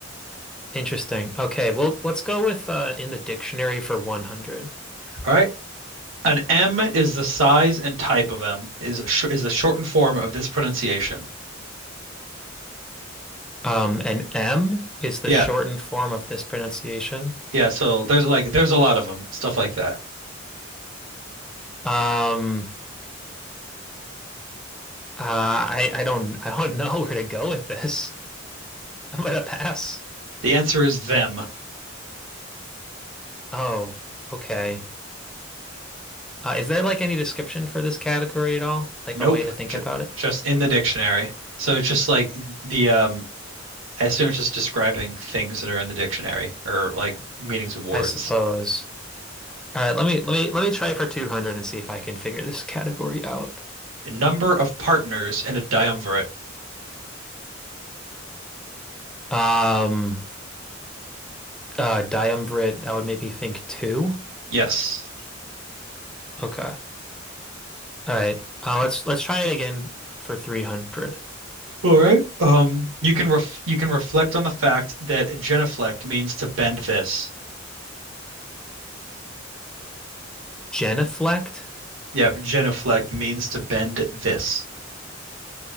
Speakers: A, in the centre; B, on the right.
A: Interesting. Okay, well, let's go with uh, in the dictionary for 100.
B: All right. An M is the size and type of M is sh is the shortened form of this pronunciation.
A: Um, and M is the
B: Yeah.
A: shortened form of this pronunciation.
B: Yeah, so there's like there's a lot of them, stuff like that.
A: Um, uh, I I don't I don't <laughs> know where to go with this. I'm gonna pass.
B: The answer is them.
A: Oh, okay. Uh, is there like any description for this category at all? Like
B: Nope,
A: a way to think
B: j
A: about it?
B: just in the dictionary. So it's just like the um I assume it's just describing things that are in the dictionary or like meanings of words.
A: I suppose. All right, let me let me let me try for 200 and see if I can figure this category out.
B: A number of partners in a triumvirate.
A: Um, Uh, Diumvirate, that would make me think two.
B: Yes.
A: Okay. All right. Uh, let's let's try it again for 300.
B: All right. Um, you can ref you can reflect on the fact that genuflect means to bend this.
A: Genuflect.
B: Yep, genuflect means to bend this.